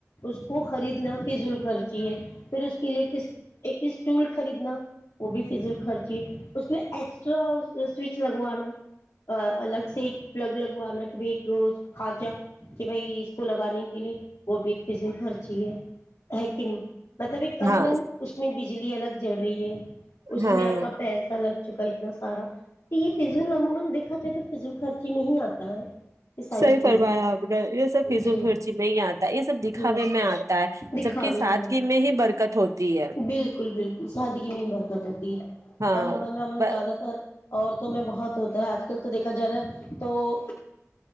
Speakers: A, on the left (about 75°); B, on the right (about 80°).
A: اس کو خریدنا فضول خرچ پھر اس کے لیے ٹول خریدنا وہ بھی فضل خرچی ہے اس کے لیے ایکسٹرا سوچ لگوانا الگ سے ایک پلگ لگوانا کہ ب خانچا کہ بھائی اس کو لگانے کے لیے وہ بھی ایک فضل خرچی ہے ہے کہ نہیں مطلب ایک عموما
B: ہاں
A: اس میں بجلی الگ جل رہی ہے اس
B: ہاں
A: میں آپ کا پیسہ لگ چکا ہے کیا سارا یہ فضل عموما دیکھا جائے تو فضول خرچی میں ہی اتا یہ ساری
B: صحی
A: چیزیں
B: فرمایا آپ نے یہ سب فزو
A: جی
B: خرچی میں ہی آتا ہے یہ سب دکھاوے
A: ہوں
B: میں آتا ہے
A: دکھاوے
B: جبک سادگی
A: میں
B: میں ہی برکت ہوتی ہے
A: بالکل بالکل سادگی می برکت ہوتی ہے
B: ہاں
A: عموما ہم نے زیادہ تر میں بہت ہوتا ہے آج کل تو دیکھا جا رہا ہے تو